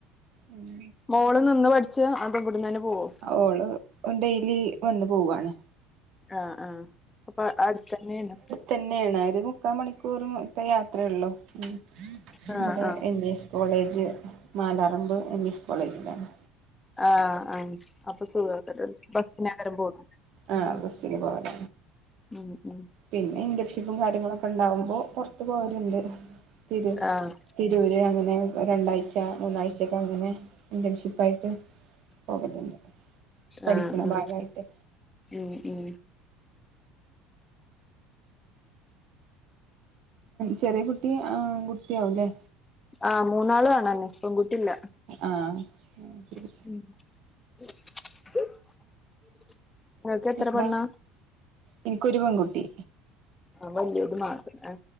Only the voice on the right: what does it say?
ഉം.
ഓള് ഡെയിലി വന്ന് പോവാണ്
തന്നെയാണ് ഒരു മുക്കാൽ മണിക്കൂറും ഇപ്പ യാത്രയൊള്ളൂ മ്
ഇവിടെ
M E S college മാലാറമ്പ് M E S കോളേജിലാണ്
ആ ബസ്സിന് പോകല
പിന്നെ ഇന്റർഷിപ്പും കാര്യങ്ങളൊക്കെ ണ്ടാവുമ്പോ പൊറത്തു പോവലിണ്ട് തിരു
തിരൂര് അങ്ങനെ രണ്ടാഴ്ച മൂന്നാഴ്ചക്കെങ്ങനെ ഇന്റേൺഷിപ്പായിട്ട്. പോകല്ണ്ട് പഠിക്കണ
ഭാഗായിട്ട്
ചെറിയ കുട്ടി ആൺകുട്ടിയാവുല്ലേ.
ആ അയ്ശെരി.
എന്താ
എനിക്കൊരു പെൺകുട്ടി